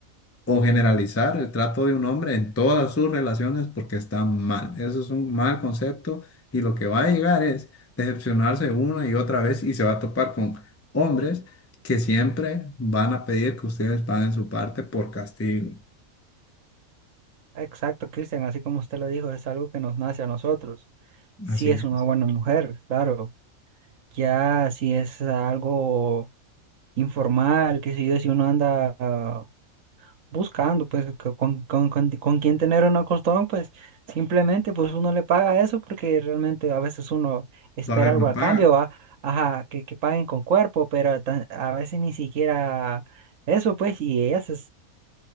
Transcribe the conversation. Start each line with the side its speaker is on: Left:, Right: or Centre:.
Left: o generalizar el trato de un hombre en todas sus relaciones porque está mal. Eso es un mal concepto y lo que va a llegar es decepcionarse una y otra vez y se va a topar con hombres que siempre van a pedir que ustedes paguen su parte por castigo.
Right: exacto, Cristian, así como usted lo dijo, es algo que nos nace a nosotros. Si
Left: Así
Right: es
Left: es,
Right: una buena mujer, claro. Ya si es algo informal, qué sé yo, si uno anda ah, buscando, pues, co- con, con, con, con quién tener un acostón, pues, simplemente, pues, uno le paga eso porque realmente a veces uno espera
Left: va a haber
Right: algo
Left: una
Right: a
Left: paga.
Right: cambio, ¿va? Ajá, que, que paguen con cuerpo, pero tan- a veces ni siquiera eso, pues, y ellas es-